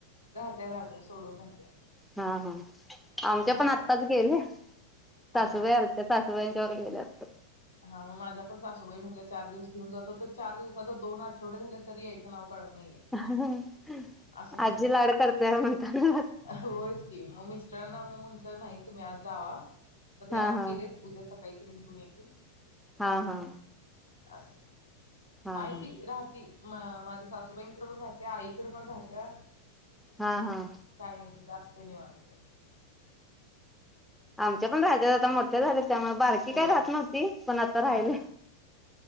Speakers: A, on the left (about 70°); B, in the centre.
A: राहत्या राहत्या सोडून राहत्या!
B: हा हा आमच्या
A: निवांत
B: पण
A: असते
B: आत्ताच
A: ती
B: गेल्या! सासूबाई
A: हा हा
B: आलत्या
A: हा
B: सासूबाई त्यावर गेल्या असत्यात
A: हा म माझ्या पण सासूबाई म्हणल्या चार दिवस घेऊन जातो तर चार दिवसाच दोन आठवडे झाले तरी यायचं नाव काढत
B: आत्ताच
A: अस झालय
B: आजी लाड करत्या म्हणताना
A: होयच की मग मिस्टरांना म म्हंटलं नाही तुम्ही आज जावा मग ते आज
B: हा हा
A: गेलेत! उद्या सकाळी तिला घेऊन येतील
B: हा हा
A: असय
B: हा
A: आहे
B: हा
A: ती राहती! म माझ्या सासूबाईंकडे पण राहत्या आईकडे पण राहत्या
B: हा हा
A: काही नाही तिथं असत! ते निवांत
B: आमच्या पण राज्यात आता मोठ्या झाल्यात त्यामुळे बारकी काय
A: होय
B: राहत नव्हती! पण आता राहिली!
A: हा